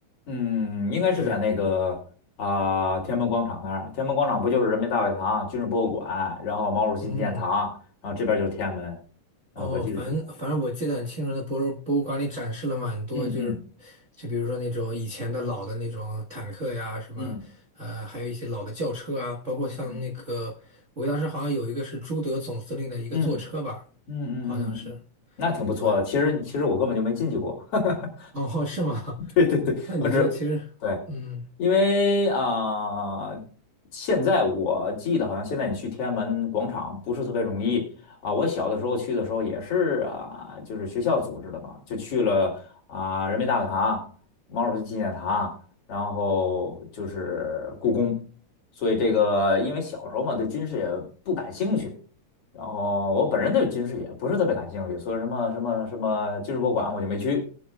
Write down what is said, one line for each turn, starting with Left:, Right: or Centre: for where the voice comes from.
Left: 嗯，应该是在那个啊、
Right: 对，
Left: 天安门广场那儿。天安门广场不就是人民大会堂、军事博物馆，然后毛主席纪念堂，
Right: 嗯，
Left: 然后这边就是天安门。呃，
Right: 哦，
Left: 我记得是这样
Right: 反正反正我记得很清楚，那博物博物馆里展示了蛮多，
Left: 嗯嗯
Right: 就是就比如说那种以前的老的那种坦克呀，什么呃，
Left: 嗯
Right: 还有一些老的轿车啊，包括像那个我当时好像有一个是朱德总司令的一个坐车吧，
Left: 嗯嗯嗯嗯嗯嗯，
Right: 好像是，
Left: 嗯那挺不错的。
Right: 对，
Left: 其实其实我根本就没进去过。<laughs>
Right: 哦，是吗？<laughs>
Left: 对对对，
Right: 那你这其实，
Left: 我只对。
Right: 嗯，
Left: 因为啊、呃现在我记得好像现在你去天安门广场不是特别容易啊。我小的时候去的时候也是啊，就是学校组织的嘛，就去了啊、人民大会堂、毛主席纪念堂，然后就是故宫。所以这个，因为小时候嘛对军事也不感兴趣，然后我本人对军事也不是特别感兴趣，所以什么什么什么军事博物馆我就没去